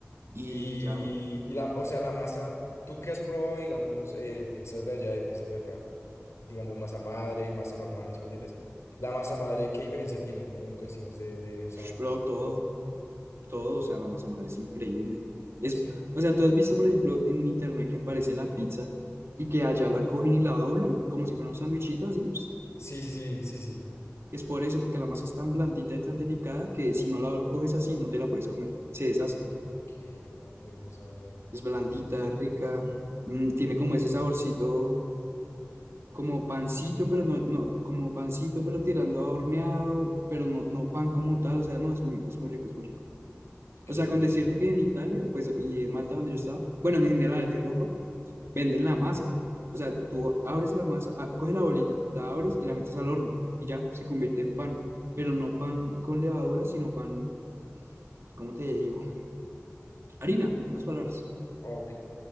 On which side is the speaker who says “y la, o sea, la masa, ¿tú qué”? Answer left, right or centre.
Left